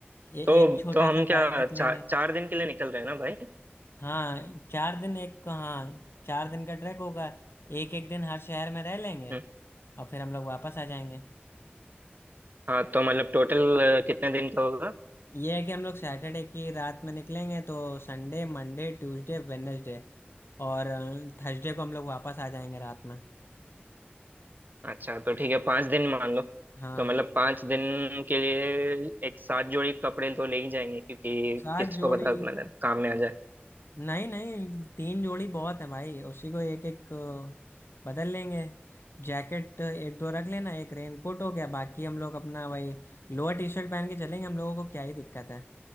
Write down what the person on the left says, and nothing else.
ए,
एक छोटा
सा
बैग रख
लेंगे
हाँ चार दिन एक हाँ चार दिन का ट्रैक होगा एक एक दिन हर शहर में रह लेंगे
और फिर हम लोग वापस आ जाएंगे
ये है कि हम लोग सैटरडे की रात में निकलेंगे तो संडे मंडे ट्यूसडे वेडनेसडे और थर्सडे को हम लोग वापस आ जाएंगे रात में
हाँ
सात
जोड़ी
नहीं नहीं तीन जोड़ी बहुत है भाई उसी को एक एक अ, बदल लेंगे जैकेट एक दो रख लेना एक रेनकोट हो गया बाकी हम लोग अपना भाई लोअर टी शर्ट पहन के चलेंगे हम लोगों को क्या ही दिक्कत है